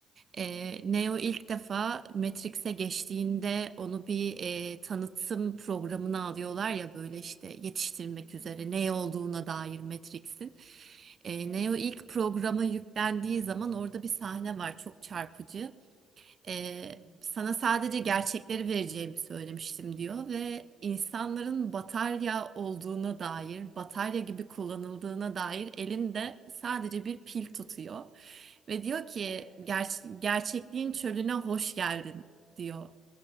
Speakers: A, on the right; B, on the left.
A: Ee,
B: Hı hı.
A: Neo ilk defa Matrix'e geçtiğinde onu bir e, tanıtım programına alıyorlar ya böyle işte yetiştirmek
B: Hı
A: üzere
B: hı.
A: ne olduğuna dair Matrix'in. Ee,
B: Evet.
A: Neo ilk programa yüklendiği zaman orada bir sahne var çok çarpıcı. Ee,
B: Hı hı.
A: sana sadece gerçekleri vereceğimi söylemiştim diyor ve insanların batarya olduğuna dair, batarya gibi kullanıldığına dair elinde sadece bir pil
B: Hı hı.
A: tutuyor. Ve diyor ki
B: Evet.
A: "Ger- gerçekliğin çölüne hoş geldin diyor.